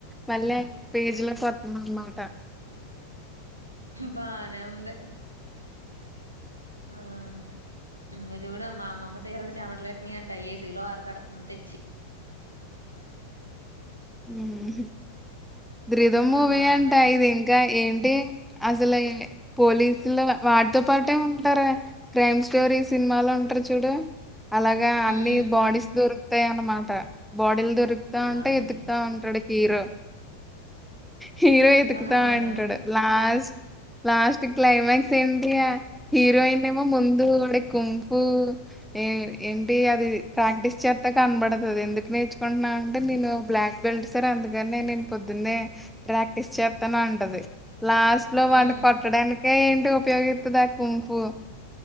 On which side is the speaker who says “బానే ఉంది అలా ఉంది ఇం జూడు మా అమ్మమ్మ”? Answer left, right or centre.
Right